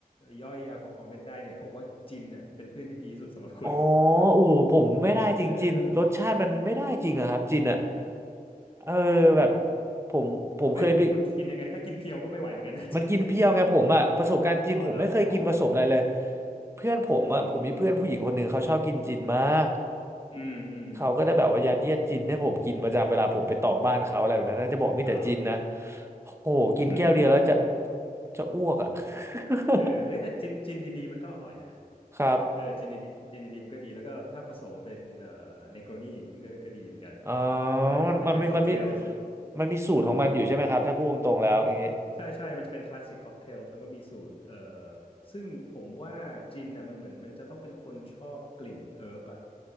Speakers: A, on the left; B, on the right.
A: ย่อยแอลกอฮอล์ไม่ได้เนี่ยเขาบอกว่าจินอ่ะเป็นเพื่อนที่ดีที่สุดสำหรับคุณ
B: อ๋อโอ้โหผมไม่ได้จริงจินรสชาติมันไม่ได้จริงอะครับจินอะ
A: เออ
B: เออแบบผมผมเคยไป
A: <laughs> ไม่คุณคุณกินยังไงถ้ากินเพียวก็ไม่ไหวเหมือนกันนะจิน
B: มันกินเพียวไงผมอะประสบการณ์จินผมไม่เคยกินผสมอะไรเลย
A: <laughs> อ๋อเหรออ๋อ
B: เพื่อนผมอะผมมีเพื่อนผู้หญิงคนหนึ่งเขาชอบกินจินมาก
A: อืมอืมอืมอืม
B: เขาก็ได้แบบว่ายัดเยียดจินให้ผมกินประจำเวลาผมไปต่อบ้านเขาอะไรแบบนั้นน่าจะบอกมีแต่จินนะ
A: อ่า
B: โอ้โหกินแก้วเดียวแล้วจะ
A: <laughs>
B: จะอ้วกอะ <laughs>
A: เออเฮ้ยแต่จินจินดีๆมันก็อร่อยนะ
B: ครับ
A: เออจินดีๆจินดีๆมันก็ดีแล้วก็ถ้าผสมเป็นเอ่อเนโกรนีมันก็ก็ดีเหมือนกัน
B: อ๋อ
A: เออเป็นเป็นค็อกเทลมัน
B: มันมันมีมันมีมันมีสูตรของมันอยู่ใช่ไหมครับถ้าพูดตรงๆแล้วอย่างนี้
A: อืมใช่ใช่มันจะเป็นคลาสสิกค็อกเทลมันก็มีสูตรเอ่อซึ่งผมว่าจินน่ะมันเหมือนมันจะต้องเป็นคนชอบกลิ่นเอิร์บอ่ะ